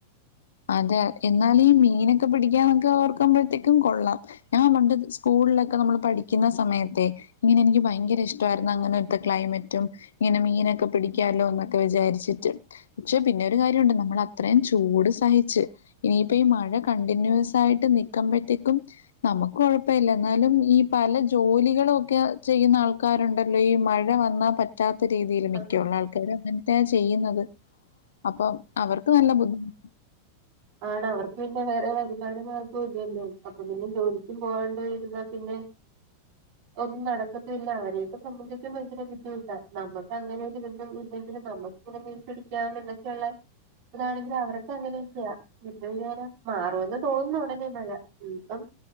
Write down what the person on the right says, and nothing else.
ആ
ആണവർക്ക് പിന്നെ വേറെ വരുമാന മാർഗവും ഇല്ലല്ലോ. അപ്പൊ പിന്നെ ജോലിക്കും പോകാണ്ടിരുന്നാ പിന്നെ ഒന്നും നടക്കത്തില്ല. അവരെയൊക്കെ സംബന്ധിച്ച് ഭയങ്കര ബുദ്ധിമുട്ടാ. നമ്മക്ക് അങ്ങനൊരു വിമ്പും ഇല്ലെങ്കിലും നമ്മക്ക് ഇങ്ങനെ മീൻ പിടിക്കാം എന്നൊക്കെയുള്ള ഇതാണെങ്കില് അവർക്ക് അങ്ങനെയൊക്കെയാ. എന്തോ ചെയ്യാനാ? മാറൂന്ന് തോന്നുന്നു ഉടനെ മഴ. ഇനി ഇപ്പം